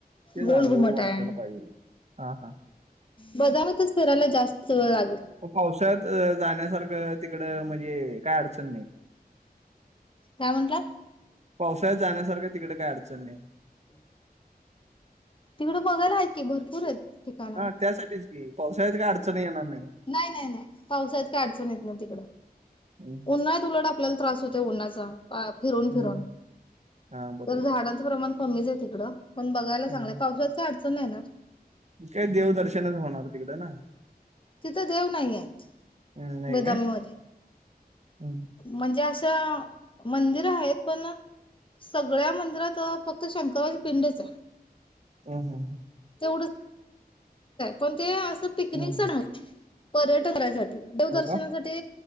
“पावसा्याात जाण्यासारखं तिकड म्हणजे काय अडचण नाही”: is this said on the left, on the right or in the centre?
Right